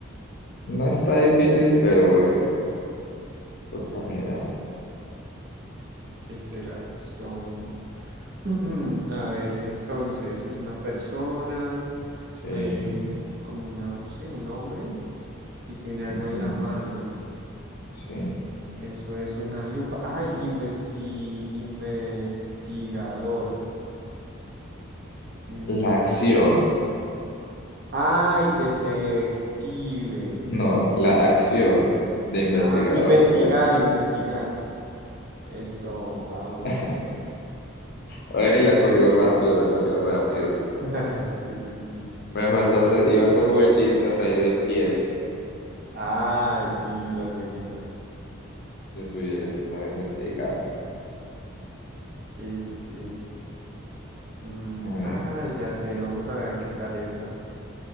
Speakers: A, on the left; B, on the right.
A: no está difícil, pero bueno, toca mirar.
B: ¿Qué será eso? <clears throat> A ver, entonces es una persona,
A: Sí,
B: ahí hay un, un- como una, sí, un hombre y tiene algo
A: ujú,
B: en la mano.
A: sí.
B: Eso es una lupa. Ay, investi- investigador. Inves-
A: La acción,
B: Ay, detective.
A: no, la
B: Eh,
A: acción de investigador,
B: ah, investigar,
A: la acción.
B: investigar. Eso, vamos.
A: <laughs> Ay, la cogió rápido, la cogió rápido.
B: <laughs> Sí, sí, sí.
A: Me faltó
B: Es
A: hacer,
B: que-
A: iba a hacer huellitas ahí de pies.
B: Ay, sí,
A: Ok,
B: las huellitas.
A: Yo supiera que estaba investigando.
B: Sí, sí, sí. Mm,
A: A ver,
B: ah, ya sé, vamos a ver qué tal está.